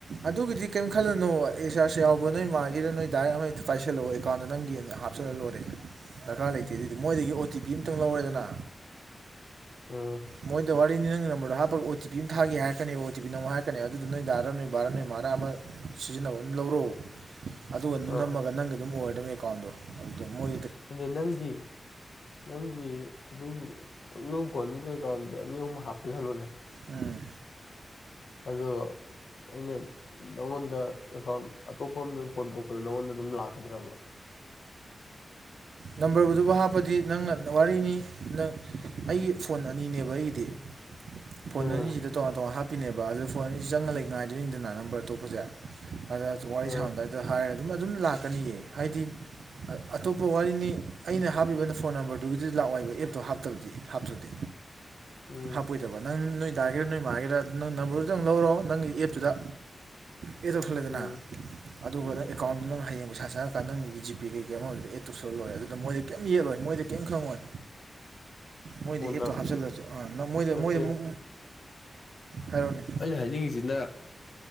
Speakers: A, on the right; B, on the left.
A: ꯑꯗꯨꯒꯤꯗꯤ ꯀꯌꯤꯝ ꯈꯜꯂꯅꯨꯣ ꯑꯦ ꯔꯤꯆꯥꯔꯁ ꯌꯥꯎꯕ ꯅꯣꯏ ꯃꯥꯒꯤꯔ ꯅꯣꯏ ꯗꯥ ꯒꯤꯔꯥ ꯑꯃ ꯍꯦꯛꯇ ꯄꯥꯏꯁꯤꯜꯂꯣꯑꯦꯀꯥꯎꯟ ꯅꯪꯒꯤꯅ ꯍꯥꯏ ꯍꯥꯞꯆꯤꯜꯂ ꯂꯣꯏꯔꯦ ꯗꯔꯀꯥꯔ ꯂꯩꯇꯦ ꯑꯗꯨꯑꯣꯏꯗꯤ ꯃꯣꯏꯗꯒꯤ ꯑꯣ ꯇꯤ ꯄꯤ ꯑꯃꯝꯇꯪ ꯂꯧꯔꯦꯗꯅ
B: ꯑꯥ
A: ꯃꯣꯏꯗ ꯋꯥꯔꯤꯅꯤ ꯅꯪ ꯅꯝꯕꯔꯗꯣ ꯍꯥꯞꯄꯒ ꯑꯣ ꯇꯤ ꯄꯤ ꯑꯃ ꯊꯥꯒꯤ ꯍꯥꯏꯔꯛꯀꯅꯦꯕ ꯑꯣ ꯇꯤ ꯄꯤ ꯅꯝꯃꯣ ꯍꯥꯏꯔꯛꯀꯅꯤꯕ ꯑꯗꯨꯗꯣ ꯅꯣꯏ ꯗꯥꯔ ꯅꯣꯏ ꯕꯥꯔꯥ ꯅꯣꯏ ꯃꯔꯥ ꯑꯃ ꯁꯤꯖꯤꯟꯅꯕ ꯑꯃ ꯂꯧꯔꯣ ꯑꯗꯨꯒ ꯑꯗꯨꯝ
B: ꯑꯥ
A: ꯅꯝꯃꯒ ꯅꯪꯒꯤ ꯑꯗꯨꯝ ꯑꯣꯏꯔꯗꯅꯤ ꯑꯦꯀꯥꯎꯟꯗꯣ ꯑꯗꯨ ꯃꯣꯏ
B: ꯑꯗꯤ ꯅꯪꯒꯤ ꯅꯪꯒꯤ ꯑꯗꯨ ꯅꯪ ꯐꯣꯟꯗꯨꯗ ꯑꯦꯀꯥꯎꯟꯗ ꯑꯅꯤ ꯑꯍꯨꯝ ꯍꯥꯞꯄꯦ ꯈꯜꯂꯣꯅꯦ
A: ꯎꯝ
B: ꯑꯗꯨ ꯑꯩꯅ ꯅꯉꯣꯟꯗ ꯑꯦꯀꯥꯎꯟ ꯑꯇꯣꯞꯄ ꯑꯃꯗ ꯐꯣꯟ ꯇꯧꯔꯛꯄꯗ ꯅꯪꯉꯣꯟꯗ ꯑꯗꯨꯝ ꯂꯥꯛꯀꯗ꯭ꯔꯕ
A: ꯅꯝꯕꯔꯕꯨꯗꯨꯕꯨ ꯍꯥꯞꯄꯗꯤ ꯅꯪꯅ ꯋꯥꯔꯤꯅꯤ ꯅꯪ ꯑꯩꯒꯤ ꯐꯣꯟ ꯑꯅꯤꯅꯦꯕ ꯑꯩꯒꯤꯗꯤ ꯐꯣꯟ
B: ꯎꯝ
A: ꯑꯅꯤꯁꯤꯗ ꯇꯣꯉꯥꯟ ꯇꯣꯉꯥꯟ ꯍꯥꯞꯄꯤ ꯄꯤꯅꯦꯕ ꯑꯗꯣ ꯐꯣꯟ ꯑꯅꯤ ꯆꯪꯉꯒ ꯂꯩ ꯉꯥꯏꯗꯣꯏꯅꯤꯗꯅ ꯅꯝꯕꯔ ꯑꯇꯣꯞꯄꯁꯦ ꯑꯗ ꯋꯥꯔꯤ
B: ꯎꯝ
A: ꯁꯥꯟꯅꯝꯗꯥꯏꯗ ꯑꯗ ꯍꯥꯏꯔꯒ ꯑꯗꯨꯝ ꯑꯗꯨꯝ ꯂꯥꯛꯀꯅꯤꯌꯦ ꯍꯥꯏꯗꯤ ꯑꯇꯣꯞꯄ ꯋꯥꯔꯤꯅꯤ ꯑꯩꯅ ꯍꯥꯞꯄꯤꯕ ꯐꯣꯟ ꯅꯝꯕꯔꯗꯨꯒꯤꯗꯤ ꯂꯥꯛꯑꯣꯏꯕ ꯑꯦꯞꯇꯣ ꯍꯞꯇꯕꯗꯤ ꯍꯥꯞꯇ꯭ꯔꯗꯤ
B: ꯎꯝ
A: ꯍꯥꯄꯣꯏ ꯗꯕ ꯅꯪ ꯅꯣꯏ ꯗꯥꯒꯤꯔ ꯅꯣꯏ ꯃꯥꯒꯤꯔ ꯅꯪ ꯅꯝꯕꯔꯗꯨꯗꯪ ꯂꯧꯔꯣ ꯅꯪꯒꯤ ꯑꯦꯞꯇꯨꯗ ꯑꯦꯠ ꯇꯧꯁꯜꯂꯦꯗꯅ
B: ꯎꯝ
A: ꯑꯗꯨꯒ
B: ꯎꯝ
A: ꯅꯪ ꯑꯦꯀꯥꯎꯟꯗꯨ ꯅꯪ ꯍꯌꯦꯡ ꯄꯩꯁꯥ ꯆꯪꯉꯛ ꯀꯥꯟ ꯅꯪꯒꯤ ꯖꯤ ꯄꯦ ꯀꯩ-ꯀꯩ ꯑꯃꯥ ꯑꯣꯏꯖꯨ ꯑꯦꯠ ꯇꯧꯁꯜꯂ ꯂꯣꯏꯔꯦ ꯑꯗꯨ ꯗ ꯃꯣꯏ ꯀꯩꯝ ꯌꯦꯠꯂꯣꯏ ꯃꯣꯏꯗꯤ ꯀꯩꯝ ꯈꯪꯉꯣꯏ ꯃꯣꯏꯗꯤ
B: ꯑꯣ
A: ꯑꯦꯞꯇꯣ
B: ꯅꯪ
A: ꯍꯥꯞꯆꯜꯂꯖꯨ ꯑ ꯅ ꯃꯣꯏꯗ
B: ꯅꯠꯇꯦ
A: ꯃꯣꯏꯗ ꯃꯣ ꯍꯥꯏꯔꯣꯅꯦ
B: ꯑꯩꯅ ꯍꯥꯏꯅꯤꯡꯉꯤꯖꯤꯅ